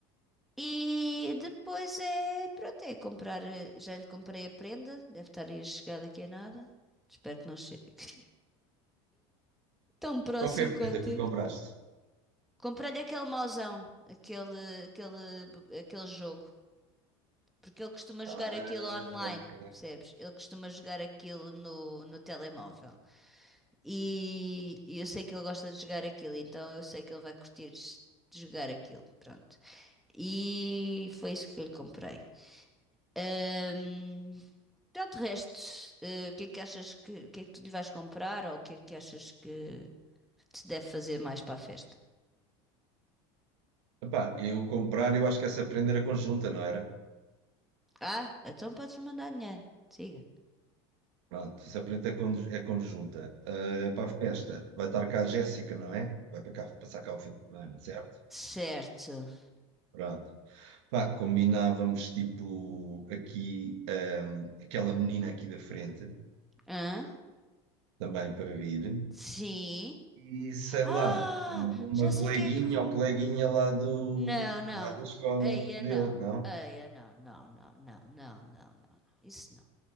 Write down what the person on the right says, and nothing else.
Qual foi a
prenda que
lhe compraste?
Ah,
ok.
Epá, eu comprar, eu acho que essa prenda era conjunta, não era?
Pronto, essa prenda é con- é conjunta. Ah, para a festa, vai estar cá a Jéssica, não é? Vai para cá, passar cá o fim de semana, certo?
Pronto. Pá, combinávamos tipo aqui, ah, aquela menina aqui da frente.
também para vir.
E sei
lá, uma
coleguinha
ou coleguinha lá do,
lá da escola
dele,
não?